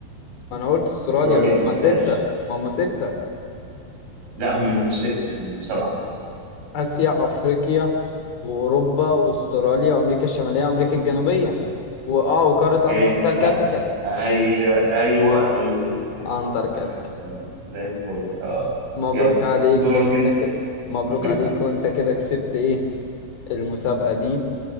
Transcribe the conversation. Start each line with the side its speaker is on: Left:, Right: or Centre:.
Left: ما أنا قلت أستراليا
Right: استراليا
Left: ما
Right: ما قلتهاش
Left: هما ستة ما هما ستة
Right: لا هم مش ستة هم سبعة
Left: آسيا أفريقيا وأوروبا وأستراليا وأمريكا الشمالية وأمريكا الجنوبية وآه وقارة
Right: حلو
Left: أنتاركتيكا
Right: لا أيوة أيوة أيوة كده أيوة.
Left: أنتاركتيكا
Right: تمام زي الفل اه
Left: مبروك
Right: يلا
Left: عليك
Right: دورك
Left: وأنت
Right: أنت
Left: كده مبروك
Right: <laughs>
Left: عليك وأنت كده كسبت إيه المسابقة دي